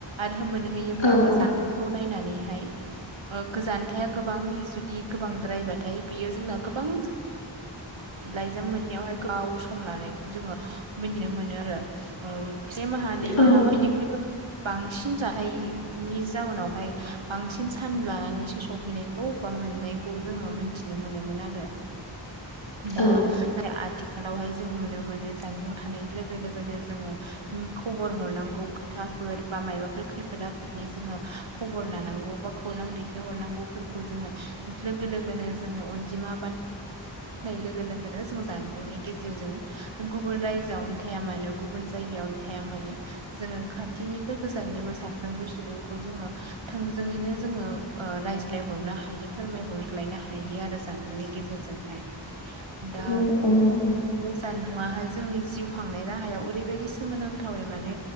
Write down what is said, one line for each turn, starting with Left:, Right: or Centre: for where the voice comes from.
Right: आरो मोनहैयोब्लाबो
Left: औ औ
Right: जान्थाइखौ नायनानैहाय ओ गोजानथाया गोबां जुदि गोबांद्रायबाथाय बियो जोंना गोबां लाइजाम मोनैनायावहाय गाव सम लानायखौ जोङो मिथिनो मोनो आरो औ से माहानैै
Left: औ
Right: माहा बा बेनिख्रुइबो बांसिन जाथायनि जाउोनावहाय बांसिन सान लानानैसो सहैनाय बबेबा मोननैखौ जोङो मोनथिनो मोनोमोन आरो दा
Left: औ
Right: <unintelligible> आथिखालावहाय जों नुनो मोनो जानबुं थानायनि लोगो लोगोनो जोङो खबर हरनांगौ खोथाफोर बा मायबाफोर खैफोद आफोदनि जोङो खबर लानांगौ बा खौरां दैथायहरनांगौफोरखौ जोङो लोगो लोगोनो जोङो अनजिमा लोगोन ज जनि गेजेरजों गुब थाया मानो गुबुन जायगायावनो थाया मानो जोङो खाथिनिबो गोजाननिबो साफ्रोमबो सुबुंखौ जोङो थोंजोङैनो जोङो ओ रायज्लायहरनो हायो फोरमाय हरज्लायनो हायो आरो जान नि गेजेरजोंहाय दा
Left: उम उम
Right: बे जानबुङाहाय जोंनि जिउ खांनाय राहायाव ओरैबायदि सोमोनांथावै माने